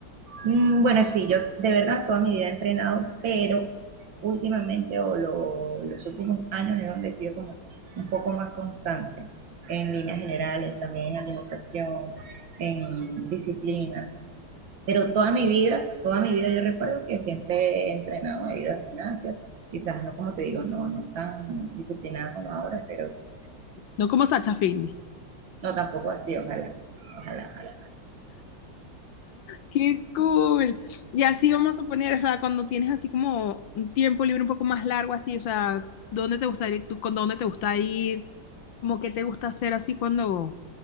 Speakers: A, on the right; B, on the left.
A: Mm, Bueno, sí, yo de verdad toda mi vida he entrenado, pero últimamente o lo- los últimos años es donde he sido como un poco más constante en líneas generales, también en alimentación, en disciplina. Pero toda mi vida, toda mi vida yo recuerdo que siempre he entrenado, he ido a gimnasia, quizás no como te digo, no, no tan disciplinada como ahora, pero sí.
B: No como Sacha Fitness.
A: No, tampoco así, ojalá, ojalá, ojalá.
B: ¡Qué cool! Y así vamos a suponer, o sea, cuando tienes así como un tiempo libre un poco más largo, así, o sea, ¿dónde te gusta ir? ¿Tú con dónde te gusta ir? ¿Cómo que te gusta hacer así cuando